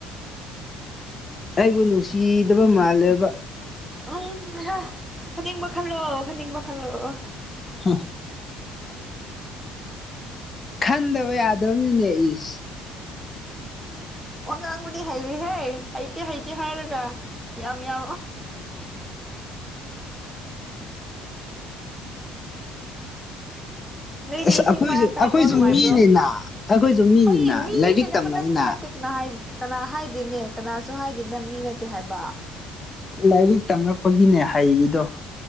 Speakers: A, on the left; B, in the centre.
A: ꯑꯩꯕꯨ ꯅꯨꯡꯁꯤꯗꯕ ꯃꯥꯜꯂꯦꯕ
B: ꯎꯝ ꯈꯅꯤꯡꯕ ꯈꯜꯂꯣꯑꯣ ꯈꯅꯤꯡꯕ ꯈꯜꯂꯣꯑꯣ
A: ꯍ ꯈꯟꯗꯕ ꯌꯥꯗꯕꯅꯤꯅꯦ ꯏꯁ
B: ꯋꯥ ꯉꯥꯡꯕꯨꯗꯤ ꯍꯩꯔꯤꯍꯦ ꯍꯩꯇꯦ ꯍꯩꯇꯦ ꯍꯥꯏꯔꯒ ꯌꯥꯝ ꯌꯥ ꯅꯣꯏꯗꯤ
A: ꯑꯁ
B: ꯏꯁꯤꯡ
A: ꯑꯩꯈꯣꯏꯁꯨ
B: ꯃꯔꯥꯡ ꯀꯥꯏꯕ꯭ꯔꯣ
A: ꯑꯩꯈꯣꯏꯁꯨ
B: ꯅꯨꯡꯉꯥꯏꯕ꯭ꯔꯣ
A: ꯃꯤꯅꯤꯅ ꯑꯩꯈꯣꯏꯁꯨ ꯃꯤꯅꯤꯅ
B: ꯍꯣꯏꯅꯦ ꯃꯤꯗꯤꯅꯦ
A: ꯂꯥꯏꯔꯤꯛ
B: ꯅꯪꯉꯣꯟꯗ
A: ꯇꯝꯂꯛꯏꯅ
B: ꯃꯤꯅ ꯀꯅꯥ ꯍꯥꯏꯗꯦꯅꯦ ꯀꯅꯥꯁꯨ ꯍꯥꯏꯗꯦ ꯅꯪ ꯃꯤ ꯅꯠꯇꯦ ꯍꯥꯏꯕ
A: ꯂꯥꯏꯔꯤꯛ ꯇꯝꯔꯛꯄꯒꯤꯅꯦ ꯍꯩꯔꯤꯗꯣ꯫